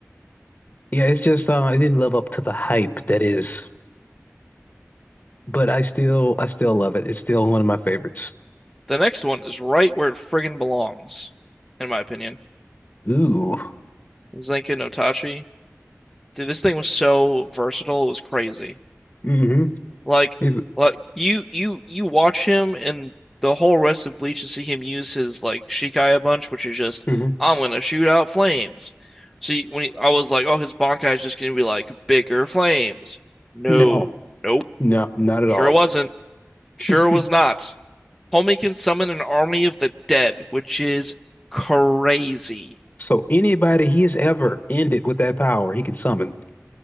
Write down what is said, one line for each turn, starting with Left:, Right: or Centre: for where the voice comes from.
Left: Yeah, it's just uh, it didn't live up to the hype that is, but I still I still love it. It's still one of my favorites.
Centre: The next one is right where it friggin' belongs, in my opinion.
Left: Ooh.
Centre: Zenka no Tachi. Dude, this thing was so versatile, it was crazy.
Left: Mm-hmm.
Centre: Like,
Left: Is
Centre: like you you you watch him and the whole rest of Bleach and see him use his like Shikai a bunch, which is just
Left: hmm
Centre: I'm gonna shoot out flames. See, when he, I was like, oh, his Bankai is just gonna be like bigger flames. No,
Left: No,
Centre: nope,
Left: no, not at
Centre: sure
Left: all.
Centre: wasn't, sure
Left: <laughs>
Centre: was not. Homie can summon an army of the dead, which is crazy.
Left: So anybody he's ever ended with that power, he can summon.